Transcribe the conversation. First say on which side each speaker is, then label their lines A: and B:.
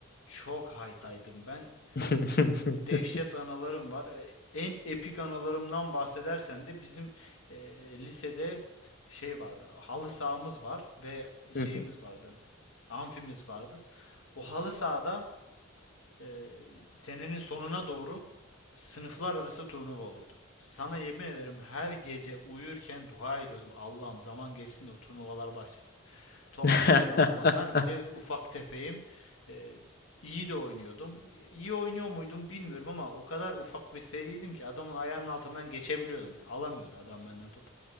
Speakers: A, on the left (about 75°); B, on the left (about 45°).
A: çok haytaydım. Ben
B: <laughs>
A: e, dehşet anılarım var. E, en epik anılarımdan bahsedersen de bizim e, lisede şey vardı. Halı sahamız var ve şeyimiz
B: Hı hı.
A: vardı amfimiz vardı. O halı sahada e, senenin sonuna doğru sınıflar arası turnuva oluyordu. Sana yemin ederim her gece uyurken dua ediyordum. Allah'ım zaman geçsin de o turnuvalar başlasın. Topçuydum
B: <laughs>
A: o zamanlar. Bir de ufak tefeyim. E, iyi de oynuyordum. İyi oynuyor muydum bilmiyorum ama o kadar ufak ve seriydim ki adamın ayağının altından geçebiliyordum. Yani alamıyordu adam benden topu.